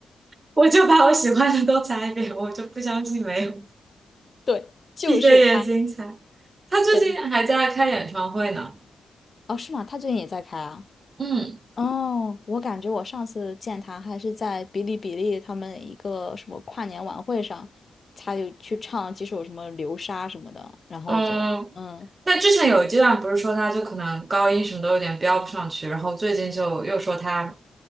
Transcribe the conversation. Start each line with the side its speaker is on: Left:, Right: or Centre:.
Right: 我就把我喜欢的都猜一遍，我就不相信没有。
Left: 对，就是他。
Right: 闭着眼睛猜，他最近还在开演唱会呢。
Left: 对，哦，是吗？他最近也在开啊。
Right: 嗯
Left: 哦，我感觉我上次见他还是在哔哩哔哩他们一个什么跨年晚会上，他就去唱几首什么《流沙》什么的，然后我觉得，
Right: 嗯，
Left: 嗯
Right: 那之前有一阶段不是说他就可能高音什么都有点飙不上去，然后最近就又说他